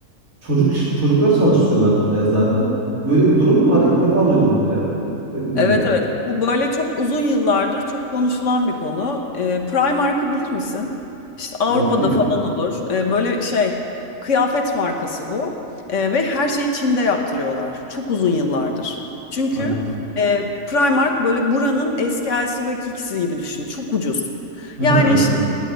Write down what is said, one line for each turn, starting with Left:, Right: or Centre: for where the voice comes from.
Right: çocuk çocukları çalıştırıyorlar e, zaten. Böyle bir durum mu var? İlk defa duydum bunu ya. Öyle diyeyim
Left: Evet
Right: yani.
Left: evet. Bu böyle çok uzun yıllardır çok konuşulan bir konu. Ee, Primark'ı bilir misin? İşte Avrupa'da
Right: Yok bilmiyorum.
Left: falan olur. Ee, böyle şey kıyafet markası bu. Ee, ve her şeyi Çin'de yaptırıyorlar. Çok uzun yıllardır. Çünkü
Right: Anladım.
Left: e, Primark böyle buranın eski LC gibi düşün. Çok ucuz.
Right: <laughs>
Left: Yani
Right: Aha, Anladım.
Left: işte